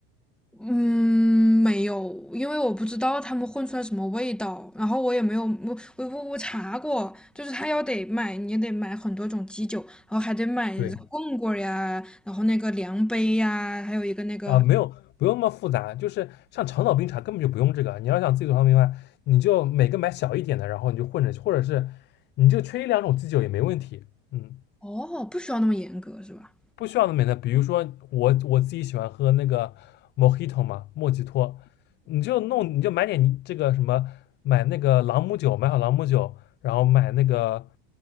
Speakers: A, in the centre; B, on the left (about 35°).
A: 嗯，没有，因为我不知道他们混出来什么味道，然后我也没有，我我我我查过，就是他要得买，你也得买很多种基酒，然后还得买棍棍儿呀，
B: 对，
A: 然后那个量杯呀，还有一个那个，
B: 啊，没有，不用那么复杂，就是像长岛冰茶根本就不用这个。你要想自己做长岛冰茶，你就每个买小一点的，然后你就混着，或者是你就缺一两种基酒也没问题。嗯，
A: 哦，不需要那么严格是吧？
B: 不需要那么的，比如说我我自己喜欢喝那个 Mojito 嘛，莫吉托，你就弄你就买点你这个什么，买那个朗姆酒，买好朗姆酒，然后买那个